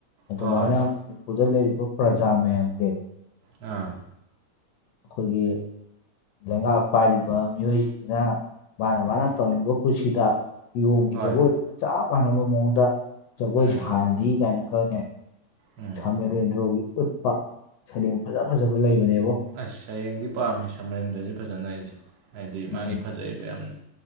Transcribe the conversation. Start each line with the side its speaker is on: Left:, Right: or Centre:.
Left: ꯑꯗꯨꯃꯥꯏꯅ
Right: ꯍꯣꯏ
Left: ꯃꯅꯤꯄꯨꯔꯗ ꯂꯩꯔꯤꯕ ꯄ꯭ꯔꯖꯥ ꯃꯌꯥꯝꯖꯦ
Right: ꯑꯥ
Left: ꯑꯩꯈꯣꯏꯒꯤ ꯂꯩꯉꯥꯛ ꯄꯥꯏꯔꯤꯕ ꯃꯤꯑꯣꯏꯁꯤꯡꯁꯤꯅ ꯃꯥꯅ ꯃꯥꯅ ꯇꯧꯅꯤꯡꯕ ꯀꯨꯁꯤꯗ ꯌꯣꯡꯒꯤ
Right: ꯍꯣꯏ
Left: ꯖꯒꯣꯏꯗꯨꯒ ꯆꯞ ꯃꯥꯟꯅꯕ ꯃꯑꯣꯡꯗ ꯖꯒꯣꯏ
Right: ꯎꯝ
Left: ꯁꯥꯍꯜꯂꯤ ꯀꯥꯏꯅ ꯈꯅꯦ
Right: ꯎꯝ
Left: ꯁꯥꯃꯔꯦꯟꯗ꯭ꯔꯣꯒꯤ ꯎꯠꯄ ꯁꯩꯔꯦꯡ ꯐꯖ ꯐꯖꯕ ꯂꯩꯕꯅꯦꯕꯣ
Right: ꯑꯁ ꯁꯔꯦꯡꯗꯤ ꯄꯥꯝꯃꯦ ꯁꯝꯃꯔꯦꯟꯗ꯭ꯔꯁꯦ ꯐꯖꯅ ꯑꯩꯁꯦ ꯍꯥꯏꯗꯤ
Left: ꯎꯝ
Right: ꯃꯥꯒꯤ ꯐꯖꯩꯌꯦꯕ ꯌꯥꯝꯅ